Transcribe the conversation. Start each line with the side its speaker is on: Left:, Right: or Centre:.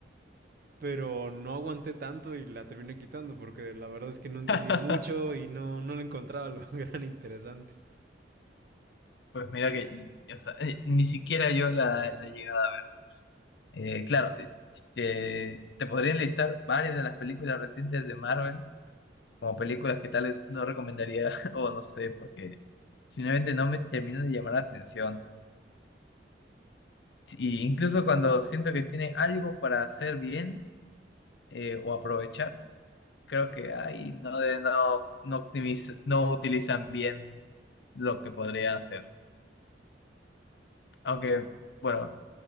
Right: pero no aguanté tanto y la terminé quitando porque la verdad es que no entendía
Left: <laughs>
Right: mucho y no, no le encontraba lo <laughs> gran interesante.
Left: pues mira que, o sea, eh, ni siquiera yo la, la he llegado a- eh, claro, si te, te podría enlistar varias de las películas recientes de Marvel como películas que tal vez no recomendaría <laughs> o no sé, porque simplemente no me terminan de llamar la atención. Y incluso cuando siento que tiene algo para hacer bien eh, o aprovechar, creo que ahí no, de- no, no, optimiz- no utilizan bien lo que podría hacer. Aunque, bueno,